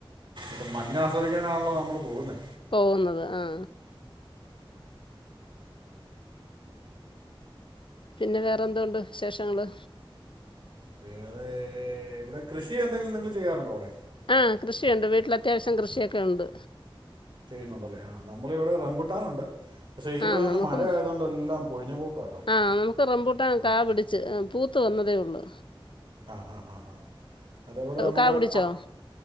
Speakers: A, on the right (about 60°); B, on the left (about 60°).
A: ഇപ്പ മഞ്ഞ ആസ്വദിക്കാനാണല്ലോ നമ്മള് പോകുന്നേ
B: പോകുന്നത് ആ പിന്നെ വേറെന്തോണ്ട് വിശേഷങ്ങള്
A: വേറേ ഇവടെ കൃഷി എന്തെങ്കിലും നിങ്ങൾ ചെയ്യാറുണ്ടോ ഇവടെ
B: ആ കൃഷിയുണ്ട് വീട്ടിൽ അത്യാവശ്യം കൃഷിയൊക്കെ ഉണ്ട്.
A: പിന്നെ ഉണ്ടല്ലേ ആ നമ്മള്ഇവിടെ റംബുട്ടാനുണ്ട് പക്ഷേ ഈ
B: ആ
A: പ്രാവശ്യം
B: നമുക്കും
A: മഴ ആയതുകൊണ്ട് എല്ലാം പൊഴിഞ്ഞു പോക്കാട്ടോ
B: ആ നമുക്ക് റംമ്പൂട്ടാ
A: ആ
B: കാപിടിച്ച്
A: ആ
B: പൂ ത്ത് വന്നതേഒള്ളു
A: ആ ആ ആ ആ അതുപോലെ നമുക്ക്
B: കാ പിടിച്ചോ
A: അ